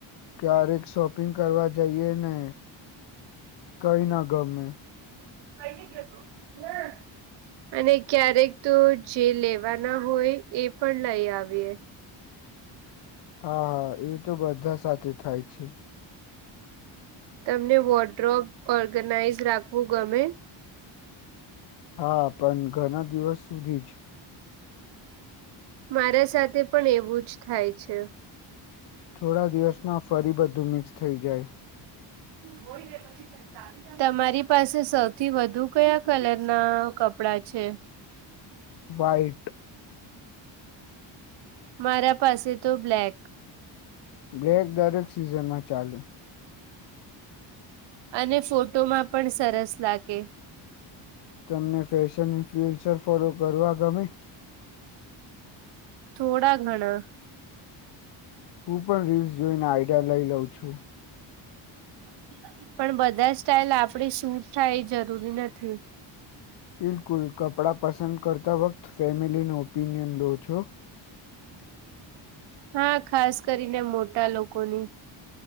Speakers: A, on the left (about 60°); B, on the right (about 60°).
A: ક્યારેક શોપિંગ કરવા જઈએ ને કઈ ના ગમે.
B: <inaudible> અને ક્યારેક તો જે લેવાના હોય એ પણ લઈ આવીએ.
A: હા હા એ તો બધા સાથે થાય છે.
B: તમને વોડ્રોપ ઓર્ગનાઈઝ રાખવું ગમે!
A: હા પણ ઘણા દિવસ સુધી જ.
B: મારા સાથે પણ એવું જ થાય છે.
A: થોડા દિવસમાં ફરી બધું મિક્સ થઈ જાય.
B: <unintelligible> તમારી પાસે સૌથી વધુ કયા કલર ના કપડા છે?
A: વાઈટ.
B: મારા પાસે તો બ્લેક.
A: બ્લેક દરેક સિઝનમાં ચાલે.
B: અને ફોટોમાં પણ સરસ લાગે.
A: તમને ફેશન ઇન્ફ્લુઅન્સર ફોલો કરવા ગમે?
B: થોડા ઘણાં.
A: હું પણ રીલ્સ જોઈને આઈડિયા લઈ લઉં છું.
B: <inaudible> પણ બધા સ્ટાઇલ આપડે શું થાય એ જરૂરી નથી.
A: બિલકુલ કપડાં પસંદ કરતા વખત ફેમિલીનો ઓપિનિયન લો છો.
B: હા ખાસ કરીને મોટા લોકોની.